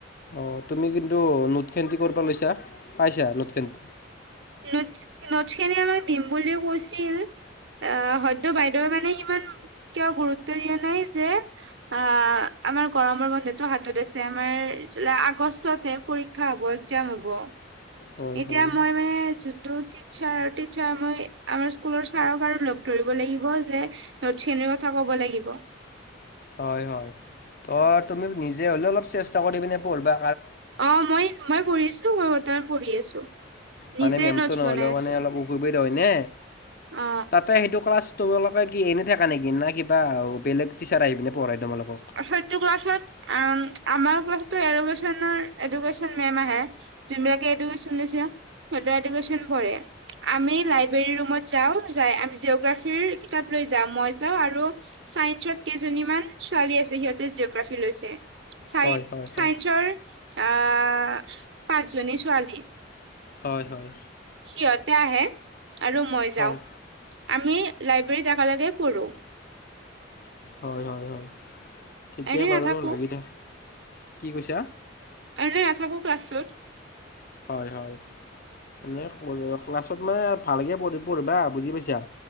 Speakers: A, on the left; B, on the right.
A: অঁ, তুমি কিন্তু নোটখেন কিহৰ পৰা লৈছা, পাইছা নোটখেন?
B: নোটচ, নোটচখিনি আমাক দিম বুলিও কৈছিল আহ হয় তো বাইদেউৱে মানে হিমান কিয় গুৰুত্ব দিয়া নাই যে আ, আমাৰ গৰমৰ বন্ধতো হাতত আছে, আমাৰ জুলাই-আগষ্টতহে পৰীক্ষা পৰীক্ষা হ'ব, একজাৰ্ম হ'ব,
A: হয়
B: এতিয়া
A: হয়
B: মই মানে যোনটোত টিক ছাৰ-টিছাৰ মই আমাৰ স্কুলৰ ছাৰক আৰু লগ ধৰিব লাগিব যে নোটচখিনিৰ কথা ক'ব লাগিব।
A: হয়, হয়, ত', তুমি নিজে হ'লেও অলপ চেষ্টা কৰি পিনে পঢ়বা।
B: অ, মই মই পঢ়িছো, মই বৰ্তমান পঢ়ি আছো। নিজে
A: মানে মেমটো
B: নোটছ
A: নহ'লেও
B: বনাই আছো
A: মানে অলপ অসুবিধা হয়নে!
B: অ
A: তাত তাত সেইটো ক্লাছ তোমালোকে কি এনে থাকা নেকি? না কিবা বেলেগ টিচাৰ আহি পিনে পঢ়াই তোমালোকক?
B: সেইটো ক্লাছত, উম, আমাৰ ক্লাছতো এডুকেশ্যনৰ এডুকেশ্যন মেম আহে। যোনবিলাকে এডুকেশ্যন লৈছে সিহঁতে এডুকেশ্যন পঢ়ে। আমি লাইব্ৰেৰী ৰুমত যাওঁ, যাই আমি জিঅ'গ্ৰাফীৰ কিতাপ লৈ যাওঁ, মই যাওঁ আৰু চায়েন্সত কেইজনীমান ছোৱালী আছে সিহঁতে জিঅ'গ্ৰাফি লৈছে, চাই
A: হয় হয় হয়
B: চায়েন্সৰ আহ! পাঁচজনী ছোৱালী।
A: হয় হয়
B: সিহঁতে আহে আৰু মই যাওঁ।
A: হয়
B: আমি লাইব্ৰেৰীত একেলগেই পঢ়োঁ।
A: হয়, হয়, হয়, ঠিকে
B: এনে
A: বাৰু
B: নাথাকো
A: লাগি থাকা। কি কৈছা?
B: এনে নাথাকোঁ ক্লাছটোত।
A: হয়, হয়। এ, ক্লাছত মানে আৰু ভালকে পঢ়ি পঢ়িবা, বুজি পাইছা।